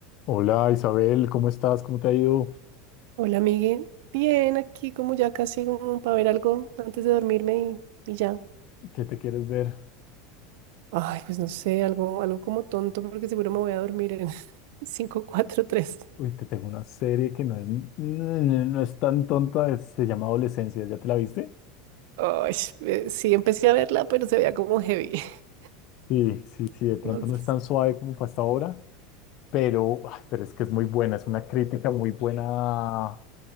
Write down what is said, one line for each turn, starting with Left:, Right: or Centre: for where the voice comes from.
Left: Hola Isabel, ¿cómo estás? ¿Cómo te ha ido?
Right: Hola, Miguel. Bien, aquí como ya casi como para ver algo antes de dormirme y, y ya.
Left: ¿Qué te quieres ver?
Right: Ay, pues no sé, algo, algo como tonto porque seguro me voy a dormir en <laughs> cinco cuatro tres.
Left: Uy, te tengo una serie que no es, no, no- no es tan tonta, es- se llama Adolescencia, ¿ya te la viste?
Right: Ay, eh, sí, empecé a verla, pero se veía como heavy. <laughs>
Left: Sí, sí, sí, de pronto
Right: No sé.
Left: no es tan suave como fue hasta ahora, pero, ay, pero es que es muy buena, es una crítica muy buena a,